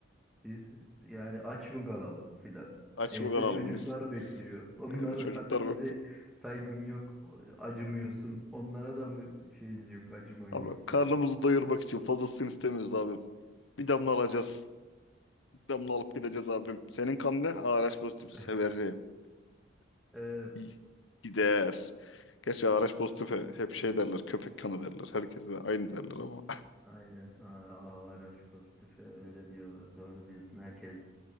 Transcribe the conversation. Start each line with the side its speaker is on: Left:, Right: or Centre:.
Centre: Biz yani aç mı kalalım filan.
Left: Aç
Centre: Evde
Left: bakalım
Centre: çocuklar
Left: biz.
Centre: bekliyor. Onları
Left: Evde çocuklar
Centre: hadi bize
Left: baktı.
Centre: saygın yok, acımıyorsun. Onlara da mı şeyin yok, acıman yok
Left: Ama karnımızı
Centre: filan.
Left: doyurmak için fazlasını istemiyoruz abi. Bir damla alacağız. Bir damla alıp gideceğiz abim. Senin kan ne? Araç pozitif
Centre: <laughs>
Left: severim.
Centre: Evet.
Left: İy- Gider. Gerçi araç pozitif he- hep şey derler. Köpek kanı derler. Herkese aynı derler
Centre: Hı.
Left: ama.
Centre: Aynen. A, Avaraş pozitife öyle diyorlar. Doğru diyorsun. Herkes